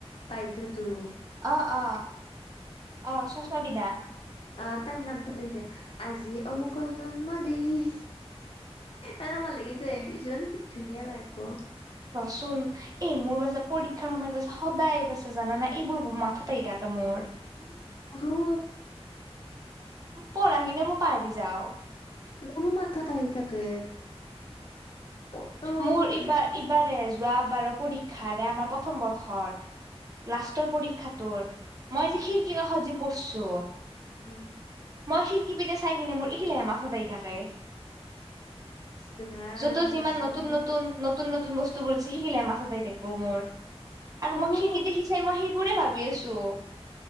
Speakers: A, on the left; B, on the right.
A: বাইদেউটো
B: অ অ অ চছমা পিন্ধা?
A: আহ তাই নামটো লিখিছে আজি অমুকৰ জন্মদিন। এনেকুৱা লিখি থৈ আহিবিচোন কি ধুনীয়া লাগিব।
B: চোন এই মোৰ বাছে পৰীক্ষাৰ সময়ত বছে সদায় বাছে জানা না এইবোৰ মাথাত আহি থাকে মোৰ।
A: ই মোৰো।
B: পঢ়াখিনিও মই পাহৰি যাওঁ।
A: মোৰো মাথাত আহি থাকে। অ উম
B: মোৰ এইবাৰ এইবাৰে যোৱা বাৰৰ পৰীক্ষাৰে আমাৰ প্ৰথম বৰ্ষৰ। লাষ্টৰ পৰীক্ষাটোৰ, মই যে
A: উম
B: খিৰিকী কাষত যে পৰছো।
A: উম
B: মই খিৰিকি পিনে চাই কিনে মোৰ এখিলাহে মাথাত আহি থাকে।
A: ইছ ৰাম
B: যত যিমান
A: বেচেৰা
B: নতুন নতুন নতুন নতুন বস্তু তুবোৰ শিকিলে মাথাত আহি থাকিব মোৰ আৰু
A: মোৰো
B: মই খিকি দেখি চাই মই সেইবোৰে ভাবি আছো। ছু।